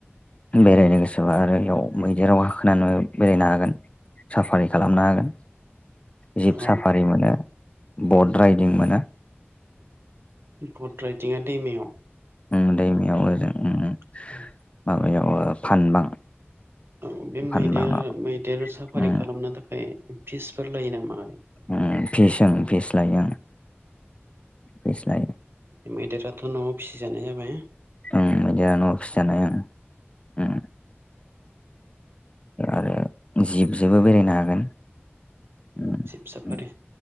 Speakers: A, on the left; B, on the right.
A: बेरायनो गोसोबा आरो इयाव मैदेराव हाखोनानो बेरायनो हागोन। साफारि खालामनो हागोन। जिब
B: औ
A: साफारि मोनो बट राइदिं मोनो।
B: बुट राइदिंआ दैमायाव।
A: ओम दैमायाव ओजों ओम ओम।
B: <unintelligible>
A: बैयाव ओ फानबां।
B: औ बे मैदेर
A: फानबाङाव
B: मैदेर साफारि
A: उम
B: खालामनो थाखाय फिसफोर लायो नामा?
A: ओम फिसोन फिस लायो ओम फिस लायो।
B: मैदेराथ' न'आव फिसिजानाय जाबाय।
A: ओं मैदेरा न'आव फिसि जानाय ओं ओम। आरो जिबजोबो बेरायनो हागोन। उम उम
B: सजब साफारि